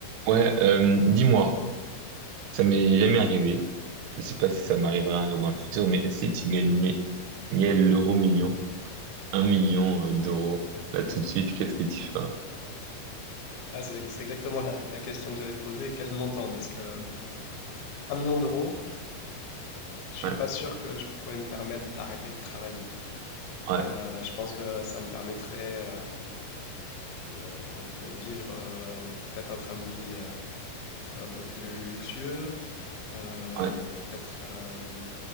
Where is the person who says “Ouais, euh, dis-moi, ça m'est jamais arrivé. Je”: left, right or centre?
Right